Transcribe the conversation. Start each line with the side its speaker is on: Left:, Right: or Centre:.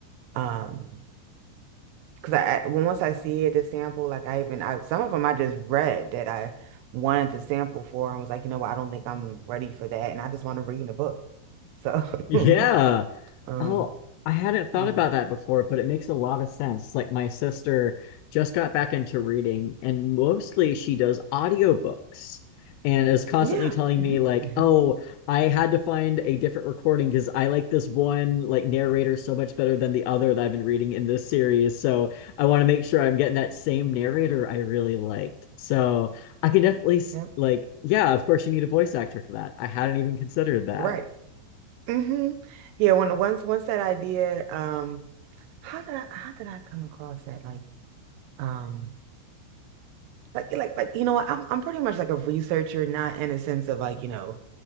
Right: um Because I when once I see it, the sample, like I even I, some of them I just read that I wanted to sample for and was like, you know what, I don't think I'm ready for that, and I just want to read in a book. So,
Left: Yeah.
Right: <laughs> um,
Left: Oh, I hadn't thought
Right: you know,
Left: about that before, but it makes a lot of sense. Like my sister just got back into reading and mostly she does audiobooks and is constantly
Right: yeah,
Left: telling
Right: hmm
Left: me like,
Right: hmm
Left: "Oh, I had to find a different recording because I like this one like narrator so much better than the other that I've been reading in this series. So, I want to make sure I'm getting that same narrator I really liked." So, I can definitely s-
Right: yeah,
Left: like, yeah, of course you need a voice actor for that. I hadn't even considered that.
Right: right, hmm yeah. When once once that idea, um, how did I how did I come across that? Like, um, like like like you know what, I'm I'm pretty much like a researcher, not in a sense of like you know